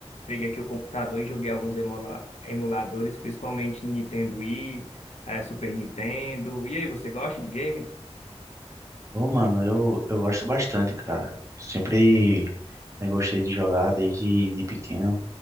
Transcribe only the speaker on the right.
Ô, mano, eu, eu gosto bastante, cara. Sempre eu gostei de jogar desde de pequeno.